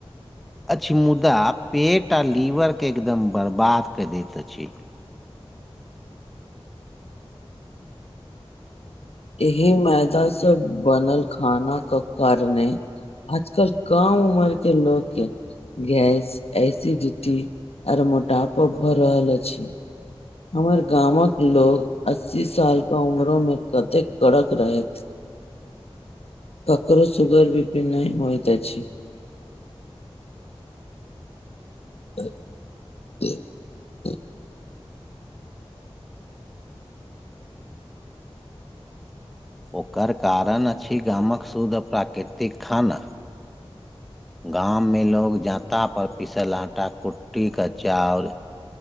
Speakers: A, in the centre; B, on the left.
A: अछि मुदा पेट आ लीवरके एकदम बर्बाद क दैत अछि।
B: यह मै मैदा सब बनल खाना क कारणे आजकल। कम उमर के लोकके। गैस एसिडिटी आर मोटापा भ रहल अछि। हमर गामक लोग अस्सी साल का उम्रो में कते कड़क रहे। ककरो सुगर बि पि नइ होइत अछि। ह्म्म। <inaudible>
A: ओकर कारण अछि गामक शुद्ध प्राकृतिक खाना।
B: <inaudible>
A: गामं में लोग जाँता पर पिसल आटा, कुट्टी के चाउर